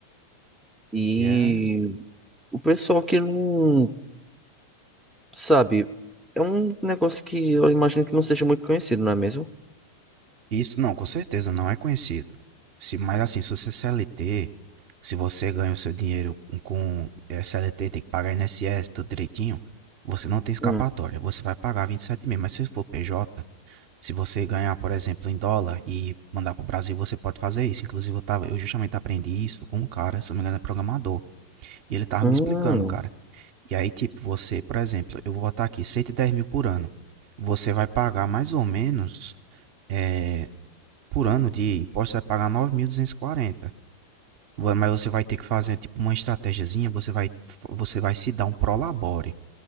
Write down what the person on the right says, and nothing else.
E é...
Isso, não, com certeza, não é conhecido. Se, mas assim, se você é CLT, se você ganha o seu dinheiro com, com é, CLT, tem que pagar INSS, tudo direitinho, você não tem escapatória,
você vai pagar vinte e sete mil, mas se for PJ, Se você ganhar, por exemplo, em dólar e mandar para o Brasil, você pode fazer isso. Inclusive, eu tava, eu justamente aprendi isso com um cara, se eu não me engano, é programador. E ele tava
me explicando, cara. E aí, tipo, você, por exemplo, eu vou botar aqui cento e dez mil por ano. Você vai pagar mais ou menos, eh, por ano de imposto, você vai pagar 9.240. Vo- Mas você vai ter que fazer, tipo, uma estratégiazinha. Você vai, você vai se dar um prolabore